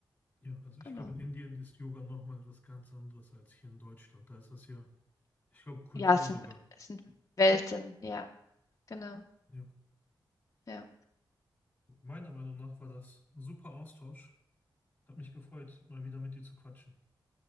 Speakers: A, on the left (about 20°); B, on the left (about 40°).
A: ja, also ich
B: genau.
A: glaube, in Indien ist Yoga nochmal etwas ganz anderes als hier in Deutschland. Da ist das ja, ich glaube, Kultur
B: Ja, es
A: sogar.
B: sind, es sind Welten. Ja, genau.
A: Ja.
B: Ja,
A: Meiner Meinung nach war das ein super Austausch. Hat mich gefreut, mal wieder mit dir zu quatschen.